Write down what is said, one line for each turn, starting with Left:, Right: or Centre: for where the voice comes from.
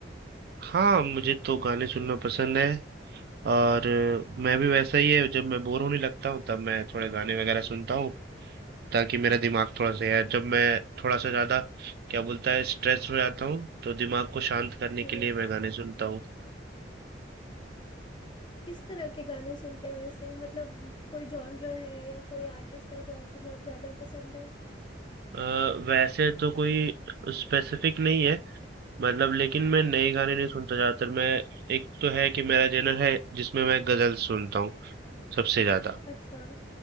Right: हाँ मुझे तो गाने सुनना पसंद है और अ, मैं भी वैसा ही है जब मैं बोर होने लगता हूँ तब मैं थोड़े गाने वगैरह सुनता हूँ ताकि मेरा दिमाग थोड़ा सा यार जब मैं थोड़ा सा ज्यादा क्या बोलता है स्ट्रेस हो जाता हूँ तो दिमाग को शांत करने
Left: जी
Right: के लिए मैं गाने सुनता हूँ
Left: किस तरह के गाने सुनते हैं वैसे मतलब कोई जॉनर है या कोई आर्टिस्ट है जो आपको बहुत ज्यादा पसंद है
Right: अ, वैसे तो कोई स्पेसिफिक नहीं है मतलब लेकिन मैं नए गाने नहीं
Left: हम्म,
Right: सुनता ज्यादातर मैं एक तो है कि मेरा जनर है जिसमें मैं गजल सुनता हूँ सबसे ज्यादा
Left: अच्छा